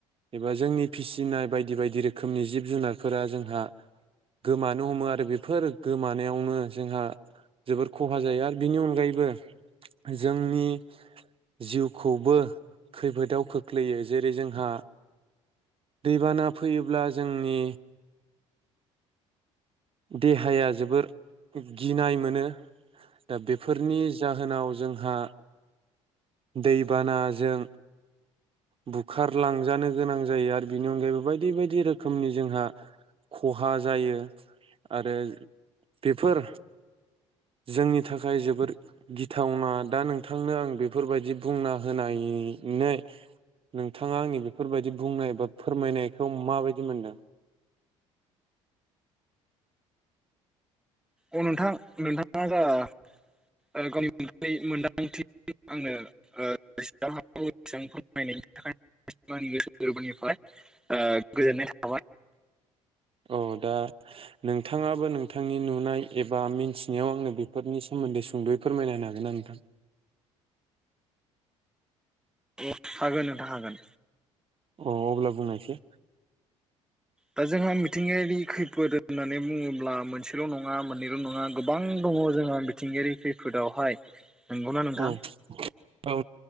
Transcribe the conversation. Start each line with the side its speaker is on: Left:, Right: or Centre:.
Right: एबा जोंनि फिसिनाय बायदि बायदि रोखोम रोखोमनि जिब जुनारफोरा जोंहा गोमानो हमो आरो बेफोर गोमानायावनो जोंहा जोबोर खहा जायो आरो बिनि अनगायैबो जोंनि जिउखौबो खैफोदाव खोख्लैयो जेरै जोंहा दैबाना फैयोब्ला जोंनि देहाया जोबोर गिनाय मोनो दा बेफोरनि जाहोनाव जों जोंहा दैबानाजों बुखारलांजानो गोनां जायो आरो बिनि अनगायैबो बायदि बायदि रोखोमनि जोंहा खहा जायो आरो बेफोर जोंनि थाखाय जोबोर गिथावना दा नोंथांनो आं बेफोरबायदि बुंना होनायनो नोंथाङा आंनि बेफोरबायदि बुंनाय बा फोरमायनायखौ माबायदि मोनदों।
Centre: अ नोंथां नोंथां। माबा गावनि मोन्दांथि आंनो ओ फोरमायनायनि थाखाय आंनि गोसो गोरबोनिफ्राय ओ गोजोननाय थाबाय।
Right: औ दा नोंथाङाबो नोंथांनि नुनाय एबा मिथिनायाव आंनो बेफोरनि सोमोन्दै सुंद'यै फोरमायनायनो हागोनना नोंथां?
Centre: अ हागोन नोंथां हागोन।
Right: अ अब्ला बुंनायसाय
Centre: दा जोंहा मिथिंगायारि खै खैफोद होननानै बुङोब्ला मोनसेल' नङा मोननैल' नङा गोबां दङ जोंहा मिथिंगायारि खैफोदावहाय नंगौना नोंथां
Right: औ औ